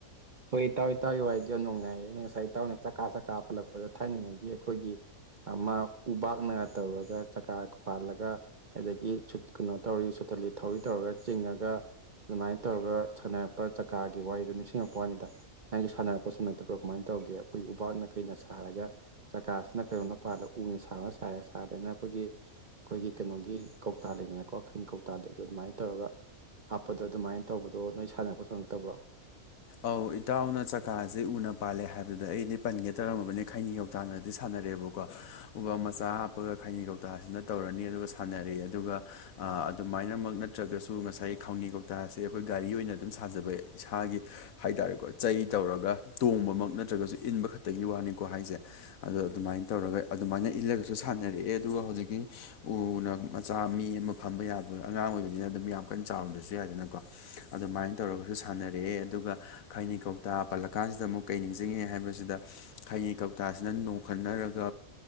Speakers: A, on the right; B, on the left.
A: ꯍꯣꯏ ꯇꯥꯎꯋꯏ ꯇꯧꯋꯏꯗꯤ ꯌꯥꯝ ꯅꯨꯡꯉꯥꯏꯌꯦ ꯑꯩꯅ ꯉꯁꯥꯏ ꯇꯧꯅ ꯆꯀꯥ ꯆꯀꯥ ꯄꯨꯜꯂꯛꯄꯗ ꯊꯥꯅꯉꯩꯒꯤ ꯑꯩꯈꯣꯏꯒꯤ ꯑꯃ ꯎꯕꯥꯛꯅꯒ ꯇꯧꯔꯒ ꯆꯀꯥ ꯄꯥꯜꯂꯒ ꯑꯗꯒꯤ ꯁꯨꯠ ꯀꯩꯅꯣ ꯇꯧꯔꯤ ꯁꯨꯇꯂꯤ ꯊꯧꯔꯤ ꯇꯧꯔꯒ ꯆꯤꯡꯉꯒ꯫ ꯑꯗꯨꯃꯥꯏꯅ ꯇꯧꯔꯒ ꯁꯥꯟꯅꯔꯛꯄ ꯆꯀꯥꯒꯤ ꯋꯥꯔꯤꯗ ꯅꯤꯡꯁꯤꯡꯉꯛꯄ ꯃꯄꯅꯤꯗ ꯅꯪꯁꯨ ꯁꯥꯟꯅꯔꯛꯄꯣꯠ ꯁꯥꯟꯅꯗ꯭ꯔꯕ꯭ꯔꯥ ꯀꯃꯥꯏꯅ ꯇꯧꯒꯦ ꯑꯩꯈꯣꯏ ꯎꯄꯥꯛꯥꯛꯅ ꯀꯩꯅ ꯁꯥꯔꯒ ꯆꯀꯥꯁꯤꯅ ꯀꯩꯅꯣꯅ ꯄꯥꯗ ꯎꯅ ꯁꯥꯔ ꯁꯥꯥꯏꯔꯦ ꯁꯥꯗꯔꯒꯅ ꯑꯩꯈꯣꯏꯒꯤ ꯑꯩꯈꯣꯏꯒꯤ ꯀꯩꯅꯣꯒꯤ ꯀꯧꯇꯥ ꯂꯩꯗꯅꯀꯣ ꯈꯩꯅꯤ ꯀꯧꯇꯥ ꯂꯩꯕ ꯑꯗꯨꯃꯥꯏꯅ ꯇꯧꯔꯒ꯫ ꯍꯥꯞꯄꯗꯣ ꯑꯗꯨꯃꯥꯏꯅ ꯇꯧꯕꯗꯣ ꯅꯣꯏ ꯁꯥꯟꯅꯔꯛꯄ ꯁꯣꯟꯉꯛꯇꯕ꯭ꯔꯣ
B: ꯑꯧ ꯏꯇꯥꯎꯅ ꯆꯀꯥꯁꯦ ꯎꯅ ꯄꯥꯜꯂꯦ ꯍꯥꯏꯕꯗ ꯑꯩꯅꯦ ꯄꯟꯒꯦ ꯇꯧꯔꯝꯃꯕꯅꯦ ꯈꯥꯏꯅꯤ ꯇꯥꯟꯅꯗꯤ ꯁꯥꯟꯅꯔꯦꯕꯀꯣ ꯎꯕ ꯃꯆꯥ ꯍꯥꯞꯄꯒ ꯈꯥꯏꯅꯤ ꯀꯧꯇꯥꯁꯤꯅ ꯇꯧꯔꯅꯤ ꯑꯗꯨꯒ ꯁꯥꯟꯅꯔꯦ ꯑꯗꯨꯒ꯫ ꯑꯗꯨꯃꯥꯏꯅꯃꯛ ꯅꯠꯇ꯭ꯔꯒꯁꯨ ꯉꯁꯥꯏ ꯈꯥꯎꯅꯤ ꯀꯧꯇꯥꯥꯁꯦ ꯑꯩꯈꯣꯏ ꯒꯥꯔꯤ ꯑꯣꯏꯅ ꯑꯗꯨꯝ ꯁꯥꯖꯕ ꯏꯁꯥꯒꯤ ꯍꯥꯏ ꯇꯔꯦꯀꯣ ꯆꯩ ꯇꯧꯔꯒ ꯇꯣꯡꯕꯃꯛ ꯅꯠꯇ꯭ꯔꯒꯁꯨ ꯏꯟꯕ ꯈꯛꯇꯒꯤ ꯋꯥꯅꯤꯀꯣ ꯍꯥꯏꯁꯦ ꯑꯗꯣ ꯑꯗꯨꯃꯥꯏꯅ ꯇꯧꯔꯒ ꯑꯗꯨꯃꯥꯏꯅ ꯏꯜꯂꯒꯁꯨ ꯁꯥꯟꯅꯔꯛꯑꯦ ꯑꯗꯨꯒ ꯍꯧꯖꯤꯛꯀꯤ ꯎꯅ ꯃꯆꯥ ꯃꯤ ꯑꯃ ꯐꯝꯕ ꯌꯥꯕ ꯑꯉꯥꯡ ꯑꯣꯏꯕꯅꯤꯅ ꯑꯗꯨꯝ ꯌꯥꯝ ꯀꯟꯅ ꯆꯥꯎꯔꯝꯗ꯭ꯔꯁꯨ ꯌꯥꯏꯗꯅꯀꯣ ꯑꯗꯨꯃꯥꯏꯅ ꯇꯧꯔꯒꯁꯨ ꯁꯥꯟꯅꯔꯛꯑꯦ ꯑꯗꯨꯒ ꯈꯥꯏꯅꯤ ꯀꯧꯇꯥ ꯄꯜꯂ ꯀꯥꯟꯁꯤꯗ ꯑꯃꯨꯛ ꯀꯩ ꯅꯤꯡꯁꯤꯡꯉꯦ ꯍꯥꯏꯕꯁꯤꯗ ꯈꯥꯏꯅꯤ ꯀꯧꯇꯥꯁꯤꯅ ꯅꯣꯡꯈꯟꯅꯔꯒ